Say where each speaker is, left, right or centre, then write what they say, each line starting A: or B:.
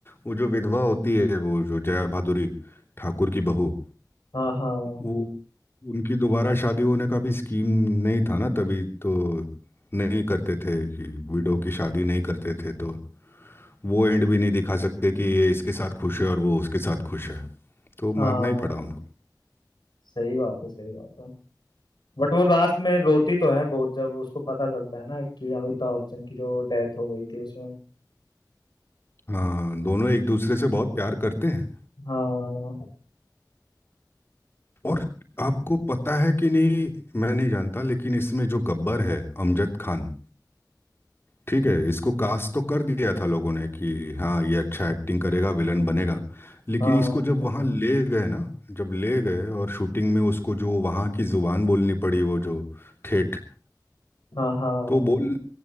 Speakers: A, on the left; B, on the left.
A: वो जो विधवा होती है वो जो जया भादुरी ठाकुर की बहू
B: हाँ हाँ
A: वो उनकी दोबारा शादी होने का भी स्कीम नहीं था ना तभी तो नहीं करते थे कि विडो की शादी नहीं करते थे तो वो एंड भी नहीं दिखा सकते कि ये इसके साथ खुश है और वो उसके साथ खुश है तो मारना
B: हाँ
A: ही पड़ा उनको
B: सही बात है सही बात है बट वो लास्ट में रोती तो है बहुत जब उसको पता चलता है ना कि अमिताभ बच्चन की जो डेथ हो गई थी उसमें
A: हाँ दोनों एक दूसरे से बहुत प्यार करते हैं
B: हाँ
A: और आपको पता है कि नहीं मैं नहीं जानता लेकिन इसमें जो गब्बर है अमजद खान ठीक है इसको कास्ट तो कर दिया था लोगों ने कि हाँ ये अच्छा एक्टिंग करेगा विलन बनेगा लेकिन
B: हाँ
A: इसको जब वहाँ ले गए ना जब ले गए और शूटिंग में उसको जो वहाँ की जुबान बोलनी पड़ी वो जो ठेठ
B: हाँ हाँ
A: तो बोल